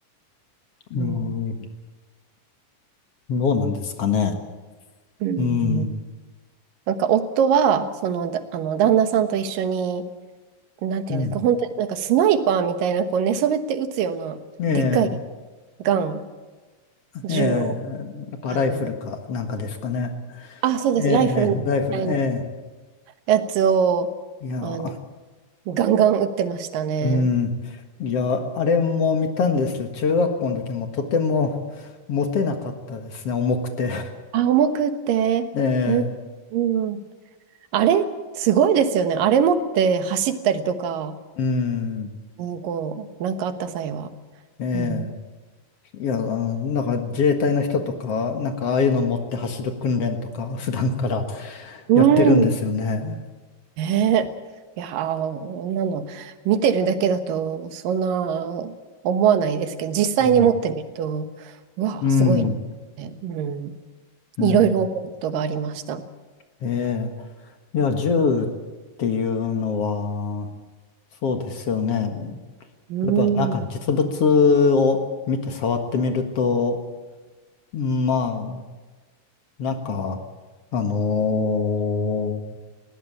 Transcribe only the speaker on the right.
うん
うん、
なんか夫は、その、だ、あの、旦那さんと一緒に、なんていうんですか、
本当になんかスナイパーみたいな、こう寝そべって撃つような、
でっかいガン、銃を、
あの、あ、そうです、
ライフルみたいな
やつを、
あの、ガンガン撃ってましたね。
あ、重くって、
うん、
うん。あれ、すごいですよね。あれ持って走ったりとか、
うんこう、なんかあった際は。
うん。
うん。
ねえ。いやー、こんなの、見てるだけだと、そんな思わないですけど、実際に持ってみると、
うわー、
すごいね。うん。
いろいろ思うことがありました。
うん。